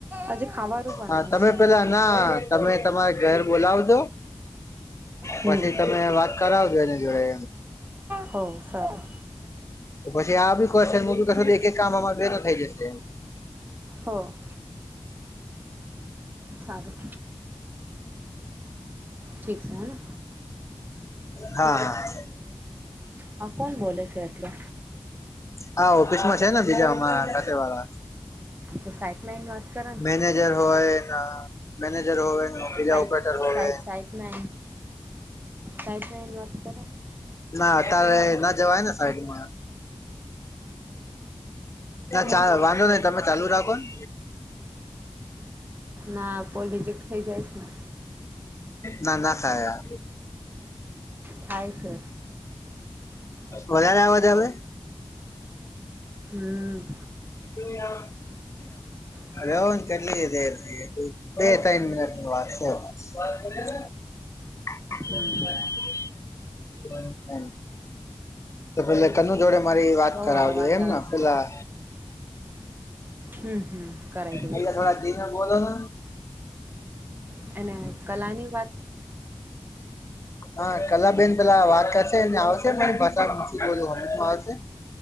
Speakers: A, on the right; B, on the left.
A: આજે ખાવાનું બનાવશે
B: હા તમે પેલા ના તમે તમારે ઘર બોલાવજો.
A: હમ
B: પછી તમે વાત કરાવજો એને જોડે
A: હો સારું.
B: તો પછી આ બી ખશે બી ક એક એક કામ અમાં બેે ન થઈ જશેમ.
A: હો. સારું ઠીક છે હેને.
B: હા હા.
A: હા કોણ બોલે છે એતલે
B: હા ઓફિસમાં છે ને બીજામાં ક વાળા
A: તો સાઈટમાં એની વાત કરે ને
B: મેનેજર હોય મેનેજર હોય. બીજા
A: સાઈટ
B: ઓપરેટર હોવે
A: સાઈટ
B: હ
A: સાઈટમાં એન સાઈટમાં એની વાત કરે
B: ના અત્યારે ના જવાય ને સાઈડમાં ના
A: કેમ
B: ચા વાંધો નહી તમે ચાલુ રાખો ને
A: ના પોલીજીક થઇ જાયશ ને
B: ના ના ખા
A: થાય છે
B: વધારે આવ ત હમે
A: હમ.
B: <unintelligible>
A: હ
B: હલો કેટલી દેર થઈ, બે તઈન મિનટની વાત છે <unintelligible> <unintelligible>
A: હમ
B: <inaudible> તો પેલે કનુ જોડે મારી વાત
A: બઉ
B: કરાવજે,
A: અવાજ
B: એમ
A: આવે
B: ન પેલા
A: છે હમ હમ કરાય દઈશ.
B: અહિયાં થોડા ધીમે બોલો ને
A: અને કલાની વાત
B: હા! કલાબેન પેલા વાત કરશે, ને એ આવશે, ને ભાષા બીજી બોલહમજમાં આવશે? <unintelligible>